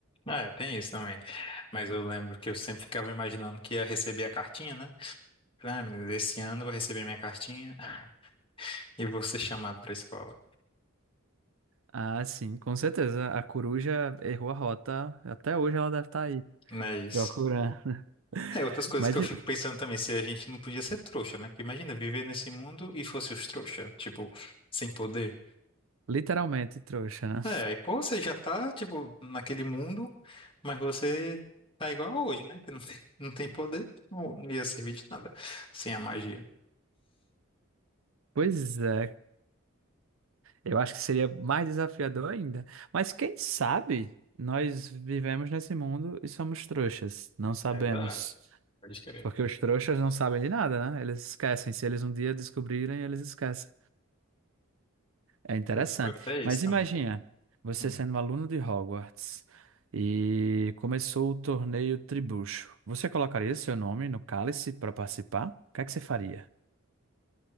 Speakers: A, on the left; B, on the right.
A: Ah, é, tem isso também. Mas eu lembro que eu sempre ficava imaginando que ia receber a cartinha, né? Ah, meu Deus, esse ano eu vou receber minha cartinha <laughs> e vou ser chamado pra escola.
B: Ah, sim, com certeza. A coruja errou a rota. Até hoje ela deve estar aí
A: Não é isso.
B: procurando. <laughs>
A: É, outras coisas
B: Mas
A: que eu fico pensando também, se a gente não podia ser trouxa, né? Porque imagina, viver nesse mundo e fosse os trouxa, tipo, sem poder.
B: literalmente trouxa, né?
A: É, aí, pô, você já tá, tipo, naquele mundo, mas você tá igual a hoje, né? Que não tem, não tem poder, não não ia servir de nada sem a magia.
B: Pois é, Eu acho que seria mais desafiador ainda. Mas quem sabe nós vivemos nesse mundo e somos trouxas. Não sabemos.
A: Exato. Pode crer.
B: Porque os trouxas não sabem de nada, né? Eles esquecem. Se eles um dia descobrirem, eles esquecem. É interessante.
A: Foi foi pra isso
B: Mas
A: também.
B: imagina, você
A: Hum.
B: sendo um aluno de Hogwarts e começou o torneio Tribucho. Você colocaria seu nome no cálice para participar? O que é que você faria?